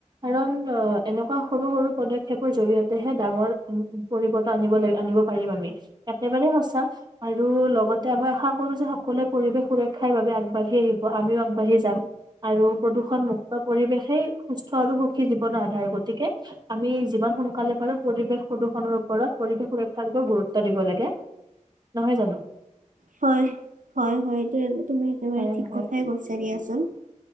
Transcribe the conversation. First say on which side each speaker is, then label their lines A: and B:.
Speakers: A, on the right; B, on the right.
A: কাৰণ অ এনেকুৱা সৰু সৰু পদক্ষেপৰ জৰিয়তেহে ডাঙৰ পৰিৱৰ্তন আনিব লাগ আনিব পাৰিম আমি একেবাৰে সঁচা। আৰু লগতে আমই আশা কৰো যে সকলোৱে পৰিৱেশ সুৰক্ষাৰ বাবে আগবাঢ়ি আহিব আমিও আগবাঢ়ি যাম। আৰু প্ৰদূষণ মুুক্ত, পৰিৱেশেই সুস্থ আৰু সুখী জীৱনৰ আধাৰ গতিকে আমি যিমান সোনকালে পাৰো পৰিৱেশ প্ৰদূষণৰ, ওপৰত পৰিৱেশ সুৰক্ষ <unintelligible> গুৰুত্ব দিব লাগে নহয় জানো
B: হয় হয় হয় এই তুমি একেবাৰে
A: হয়
B: ঠিক
A: হয়
B: কথাই কৈছা দিয়াচোন।